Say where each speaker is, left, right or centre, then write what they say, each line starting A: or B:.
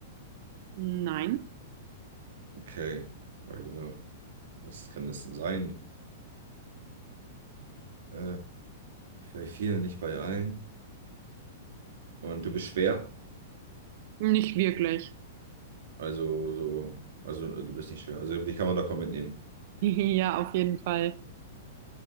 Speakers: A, on the right; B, on the right.
A: Nein,
B: Okay. Oh, Junge, was kann das denn sein? Äh, bei vielen, nicht bei allen. Und du bist schwer.
A: nicht wirklich. <laughs>
B: Also so, also du bist nicht schwer. Also die kann man locker mitnehmen.
A: Ja, auf jeden Fall.